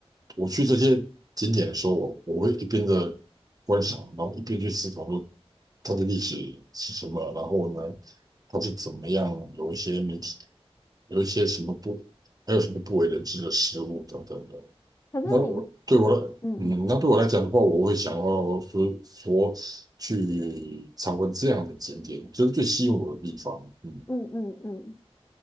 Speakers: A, on the right; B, on the left.
A: 我去这些景点的时候，我我会一边的观赏，然后一边去思考说它的历史是什么，然后呢，它是怎么样，有一些媒体，有一些什么不，还有什么不为人知的事物等等的。
B: 可是你，
A: 那我对我来，
B: 嗯
A: 嗯，那对我来讲的话，我会想要说说去参观这样的景点，这是最吸引我的地方。嗯
B: 嗯嗯嗯，